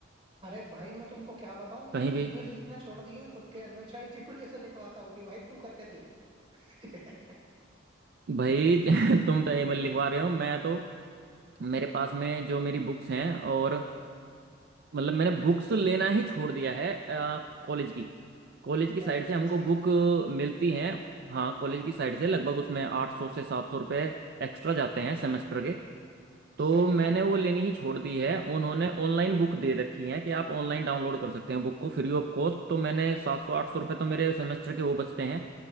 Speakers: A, on the right (about 30°); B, on the right (about 55°).
A: अरे भाई मैं तुमको क्या बताऊं मैंने
B: कहीं भी
A: ईमेल लिखना छोड़ दिए हैं खुद के मैं चैट जीपीटी से लिखवाता हूँ कि भाई तू करके दे <laughs>
B: भाई <laughs> तुम तो ईमेल लिखवा रहे हो मैं तो मेरे पास में जो मेरी बुक्स हैं और मतलब मैंने बुक्स लेना ही छोड़ दिया है कॉलेज की कॉलेज की
A: कॉलेज
B: साइड से हमको
A: की सही
B: बुक मिलती हैं हाँ कॉलेज की साइड से लगभग उसमें आठ सौ से सात सौ रुपये एक्स्ट्रा जाते हैं सेमेस्टर के तो
A: सही
B: मैंने
A: बात
B: वो लेनी ही छोड़ दी है उन्होंने ऑनलाइन बुक दे रखी है कि आप ऑनलाइन डाउनलोड कर सकते हैं बुक को फ्री ऑफ कॉस्ट तो मैंने सात सौ आठ सौ रुपये तो मेरे सेमेस्टर के वो बचते हैं